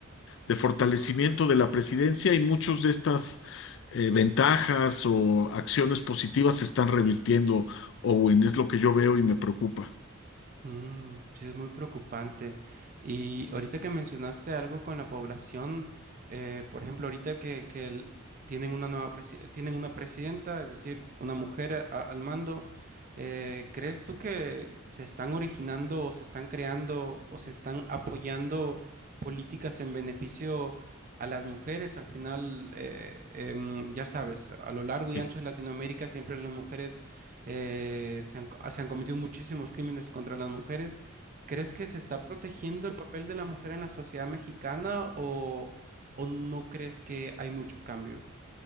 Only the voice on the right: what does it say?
Mm, sí, es muy preocupante. Y ahorita que mencionaste algo con la población, eh, por ejemplo, ahorita que, que el- tienen una nueva presi- tienen una presidenta, es decir, una mujer a- al mando, eh, ¿crees tú que se están originando o se están creando o se están apoyando políticas en beneficio a las mujeres? Al final, eh, em, ya sabes, a lo largo y
ancho de Latinoamérica siempre las mujeres eh, se han, co- se han cometido muchísimos crímenes contra las mujeres. ¿Crees que se está protegiendo el papel de la mujer en la sociedad mexicana o, o no crees que hay mucho cambio?